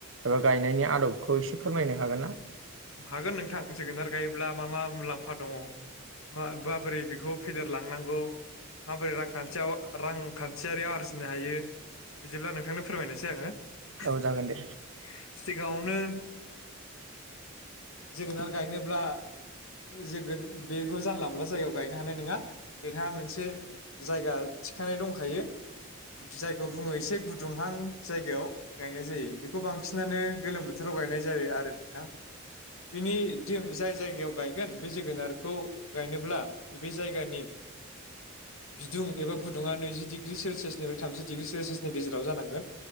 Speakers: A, on the right (about 60°); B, on the left (about 75°).
A: एबा गायनायनि आदबखौ इसे फोरमायनो हागोन ना?
B: हागोन नोंथां जोगोनार गायोब्ला मा मा मुलाम्फा दङ, मा माबोरै बेखौ फेदेरलांनांगौ? माबोरै रांखान्थियाव रांखान्थियारि आरजिनो हायो? बिदिब्ला नोंथांनो फोरमायनोसै आङो। <inaudible>
A: औ जागोन दे
B: सिगाङावनो जोगोनार गायनोब्ला जोगोन बेखौ जानला मोनला जायगायाव गायनो हानाय नङा बेहा मोनसे जायगा थिखानाय दंखायो जायखौ बुङो एसे गुदुंहां जायगायाव गायनाय जायो बेखौ बांसिनानो गोलोम बोथोराव गायनाय जायो आरो नोंथां। बिनि जाय जायगायाव गायगोन बे जोगोनारखौ गायनोब्ला बे जायगानि बिदुं एबा गुदुङा नैजि डिग्रि सेलसियासनिफ्राय थामजि डिग्रि सेलसियासनि गेजेराव जानांगोन